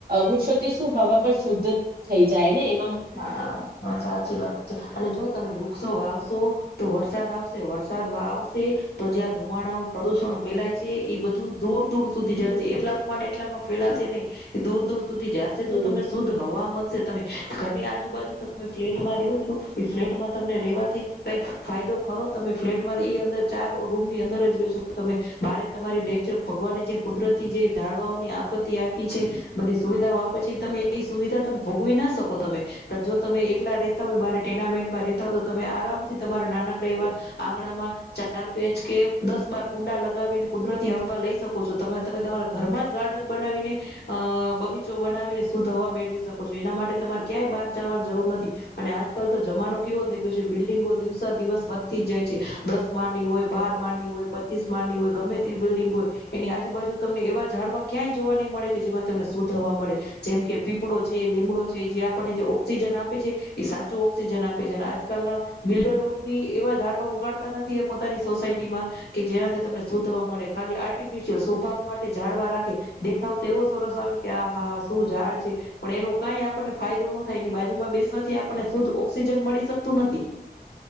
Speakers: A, on the right; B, on the left.
A: વૃક્ષોથી શું હવા પણ શુદ્ધ થઈ જાય ને એ
B: હા હા સાચી વાત છે અને જો તમે વૃક્ષો વાવશો તો વરસાદ આવશે. વરસાદ આવશે તો જ્યાં ધુવાણાઓ પ્રદુષણ ફેલાય છે એ બધું દૂર દૂર સુધી
A: હમ
B: જશે એટલા મને એટલામાં ફેલાશે નહી ને દૂર દૂર સુધી જશે
A: હમ
B: તો તમને શુદ્ધ હવા મળશે તમે ઘરની આજુબાજુ તમે ફ્લેટમાં રહો છો એ ફ્લેટમાં તમને રેવાથી કઈ ફાયદો ખરો તમે ફ્લેટમાં એ અંદર ચાર રૂમ ની અંદર જ રહ્યો છો તમે બારે તમારી ને ભગવાનને જે કુદરતી જે જાડવાઓની આપત્તિ આપી છે બધી સુવિધાઓ આપે છે તમે એ સુવિધા તમે ભોગવી ના શકો પ્રથમે <inaudible> જો તમે એકલા રેતા હોય બારે ટુર્નામેન્ટમાં.. તો તો તમે આરામથી તમારા નાનકડા એવા આંગણા માં ચાર પેચ કે દસ બાર કુંડા લગાવીને કુદરતી હવા લઈ શકો છો તમે તમે તમારા ઘરમાં જ ગાર્ડન બનાવીને અ બગીચો બનાવીને શુદ્ધ હવા મેળવી શકો છો એના માટે તમારે ક્યાંય બહાર જવાની જરૂર નથી અને આજકાલ તો જમાનો કેવો થઈ ગયો છે બિલ્ડિંગો દિવસો દિવસ વધતી જ જાય છે દસ માળની હોય બાર માળની હોય પચીસ માળની હોય ગમે તે બિલ્ડિંગ હોય એની આજુબાજુ તમને એવા જાડવા ક્યાંય જોવા નહી મળે કે જેમાં તમને શુદ્ધ હવા મળે જેમ કે પીપળો છે લીમડો જે આપણને ઓક્સિજન આપે છે એ સાચું ઓક્સિજન આપે છે અને આજકાલના બિલ્ડરો બી એવા ઝાડવા ઉગાડતા નથી પોતાની સોસાયટીમાં કે જેનાથી તમને શુદ્ધ થવા મળે ખાલી આર્ટિફિશિયલ શોભાવ માટે ઝાડવા રાખે દેખાવ તો એવો સરસ આવે કે આ હા શું ઝાડ છે પણ એનું કાઈ આપણને ફાયદો ન થાય એની બાજુ માં બેસવાથી આપણને શુદ્ધ ઓક્સિજન મળી શકતું નથી